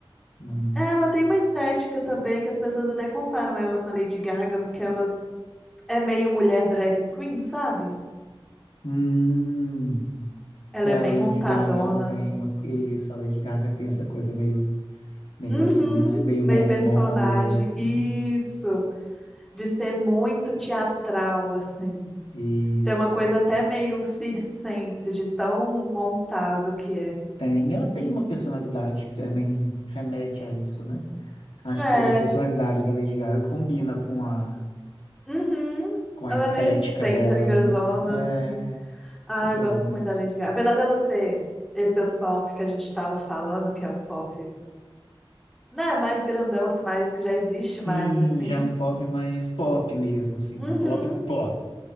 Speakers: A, on the left; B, in the centre.
A: não...
B: É, Ela tem uma estética também que as pessoas até comparam ela com a Lady Gaga, porque ela é meio mulher drag queen, sabe?
A: Hum.
B: Ela
A: É,
B: é
A: a
B: bem
A: Lady
B: montadona.
A: Gaga, ela tem uma... Isso, a Lady Gaga tem essa coisa meio Meio
B: Uhum,
A: assim, né? Meio
B: meio
A: Marilyn
B: personagem.
A: Monroe, assim.
B: Isso, de ser muito teatral, assim.
A: Isso.
B: Tem uma coisa até meio circense, de tão montado que é.
A: Tem. ela tem uma personalidade que também remete a isso, né? Acho
B: É,
A: que a personalidade da Lady Gaga combina com a,
B: uhum.
A: com a
B: Ela
A: estética
B: é meio excêntrica,
A: dela, né?
B: zona,
A: É,
B: assim. Ah,
A: eu gosto.
B: eu gosto muito da Lady Gaga. Apesar dela ser esse outro pop que a gente estava falando, que é um pop, né, mais grandão, assim, mais que já existe
A: Sim,
B: mais, assim.
A: já é um pop mais pop mesmo, assim.
B: Uhum.
A: um Pop, pop.